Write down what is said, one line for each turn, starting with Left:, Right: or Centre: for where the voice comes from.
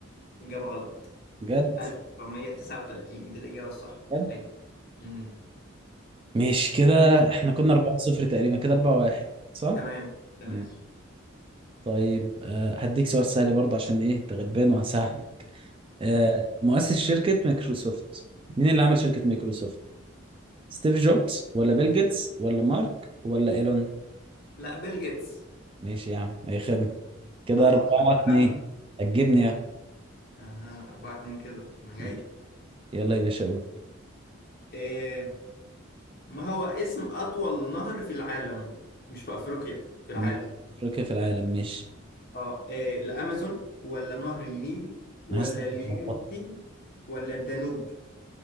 Left: إجابة غلط
Right: بجد
Left: 1939 دي الإجابة الصح
Right: بجد
Left: أي امم
Right: ماشي كده احنا كنا 4 0 تقريبا كده 4 1 صح
Left: تمام تمام
Right: ماشي. طيب آه هديك سؤال سهل برضه عشان ايه انت غلبان وهساعدك آه
Left: <laughs>
Right: مؤسس شركة مايكروسوفت مين اللي عمل شركة مايكروسوفت ستيف جوبز ولا بيل جيتس ولا مارك ولا ايلون
Left: لا بيل جيتس
Right: ماشي يا عم اي خدمة كده
Left: اللهم
Right: 4
Left: لك الحمد
Right: 2 هتجيبني يا
Left: اها 4 2 كده انا جاي
Right: ماشي. يلا يا باشا قول
Left: إيه ما هو اسم أطول نهر في العالم مش في أفريقيا في العالم
Right: مش في افريقيا في العالم مش
Left: اه آه، الامازون ولا نهر النيل ولا
Right: انا حاسس إنها
Left: اليانتي
Right: متلخبطة.
Left: ولا الدانوب